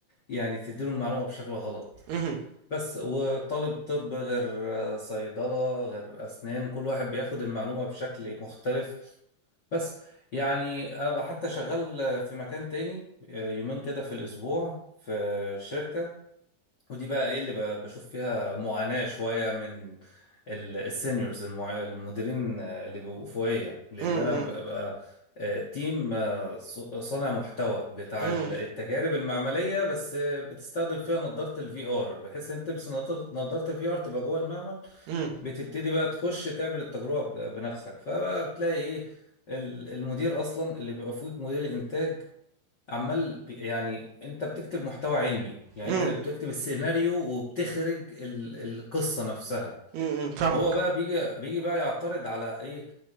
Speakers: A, on the left; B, on the right.
A: يعني تديله المعلومة بشكل غلط
B: مهم،
A: بس وطالب طب غير آه، صيدلة غير أسنان كل واحد بياخد المعلومة بشكل مختلف بس يعني أنا بقى حتى شغال آه، في مكان تاني آه، يومين كده في الأسبوع في شركة ودي بقى ايه اللي ب- بشوف فيها معاناة شوية من ال- السينيورز المع... المديرين آه، اللي بيبقوا فوقية لان
B: مم،
A: انا
B: مم،
A: ببقى آه، تيم آه، ص- صانع محتوى بتاع
B: مم،
A: ال- التجارب المعملية بس آه، بتستخدم فيها نظارة الفي ار بحيث انت تلبس نظارة نظارة الفي ار تبقى جوه المعمل
B: مم،
A: بتبتدي بقى تخش تعمل التجربة ب- بنفسك فبقى بتلاقي ايه ال- المدير اصلا اللي بيبقى فوقك مدير الانتاج عمال ب- يعني انت بتكتب محتوى علمي يعني
B: مم،
A: انت بتكتب السيناريو وبتخرج ال... القصة نفسها
B: مم، فاهمك
A: هو بقى بيجي بيجي بقى يعترض على ايه